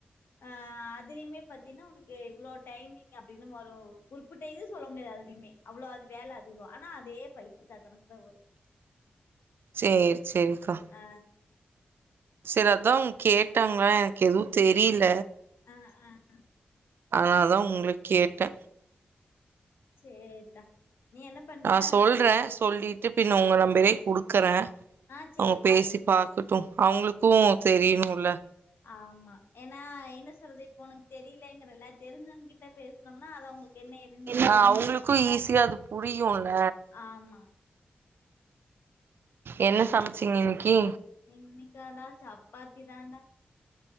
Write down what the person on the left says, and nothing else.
ஆ அதுலயுமே பாத்தீங்கனா உனக்கு இவ்ளோ டைமிங் அப்டின்னு வரூ ஒரு குறிப்பிட்ட இது சொல்ல முடியாது அதுலயுமே அவ்ளோ அது வேல அதிகோ ஆனா அதே பைசா கணக்கு தா வரூ
ஆ
அ அ
சேர்தா நீ என்ன பண்ற
ஆ சேரி
குடு
ஆம்மா ஏனா என்ன சொல்து இப்போ உனக்கு தெரியலங்கிறல தெரிஞ்சவங் கிட்ட பேச னோம்னா அத அவ்ங்களுக்கு என்ன ஏதுன் தெரியுன்ல
ஆமா
இன்னைக்காடா சப்பாத்தி தான்டா